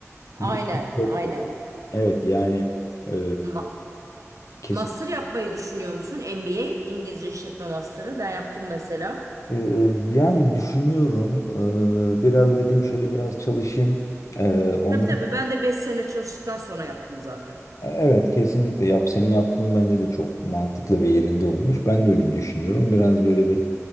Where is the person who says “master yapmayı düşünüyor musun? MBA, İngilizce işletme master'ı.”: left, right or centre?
Right